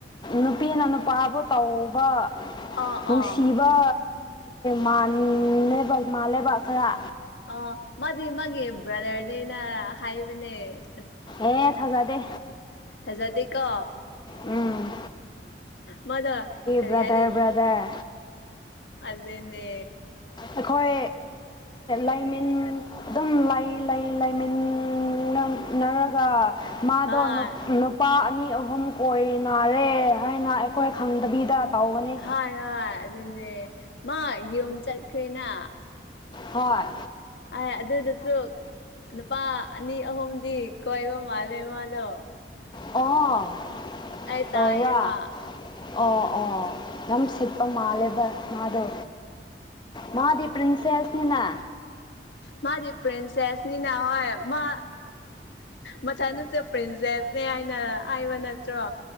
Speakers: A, on the left (about 25°); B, on the left (about 75°).
A: ꯅꯨꯄꯤꯅ ꯅꯨꯄꯥꯕꯨ ꯇꯧꯕ
B: ꯑꯥ ꯑꯥ
A: ꯅꯨꯡꯁꯤꯕ ꯃꯕ ꯃꯥꯜꯂꯦꯕ ꯈꯔ
B: ꯑ ꯃꯥꯗꯤ ꯃꯥꯒꯤꯦ ꯭ꯔꯗꯔꯅꯦꯅ ꯍꯥꯏꯕꯅꯦ
A: ꯑꯦ ꯊꯖꯥ ꯗꯦ
B: ꯍꯥꯏꯖꯥꯗꯤ ꯀꯣ
A: ꯎꯝ
B: ꯃꯗ ꯀꯔꯤ
A: ꯕ꯭ꯔꯗꯔ
B: ꯌꯥꯗ
A: ꯕ꯭ꯔꯗꯔ
B: ꯑꯗꯨꯗꯅꯦ
A: ꯑꯩꯈꯣꯏ ꯂꯥꯏꯃꯤꯟ ꯑꯗꯨꯝ ꯂ ꯂꯩ ꯂꯩꯃꯤꯟꯅꯟꯅꯔꯒ ꯃꯥꯗꯣ
B: ꯍꯣꯏ
A: ꯅꯨꯄꯥ ꯑꯅꯤ ꯑꯍꯨꯝ ꯀꯣꯏ ꯅꯥꯔꯦ ꯍꯥꯏꯅ ꯑꯩꯈꯣꯏ ꯈꯪꯗꯕꯤꯗ ꯇꯧꯕꯅꯤ
B: ꯍꯣꯏ ꯍꯣꯏ ꯑꯗꯨꯅꯦ ꯃꯥ ꯌꯨꯝ ꯆꯠꯈꯅ
A: ꯍꯣꯏ
B: ꯑ ꯑꯗꯨꯁꯨ ꯅꯨꯄꯥ ꯑꯅꯤ ꯑꯍꯨꯝꯗꯤ ꯀꯣꯏꯕ ꯃꯥꯜꯂꯦ ꯃꯥꯗꯣ
A: ꯑꯣ
B: ꯑ ꯇꯥ
A: ꯇꯧꯕ꯭ꯔꯥ
B: ꯑꯦ ꯋꯥ
A: ꯑꯣ ꯑꯣ ꯌꯥꯝ ꯁꯤꯄꯝ ꯃꯥꯂ ꯃꯥꯗꯨ ꯃꯥꯗꯤ ꯄꯔꯤꯟꯁꯦꯁꯅꯤꯅ
B: ꯃꯥꯗꯤ ꯄꯔꯤꯤꯟꯁꯦꯁꯅꯤꯅꯍꯣꯏ ꯃꯥ ꯃꯊꯅꯨꯁꯦ ꯄ꯭ꯔꯤꯟꯁꯦꯁꯅꯦ ꯍꯥꯏꯅ ꯍꯥꯏꯕ ꯅꯠꯇ꯭ꯔꯣ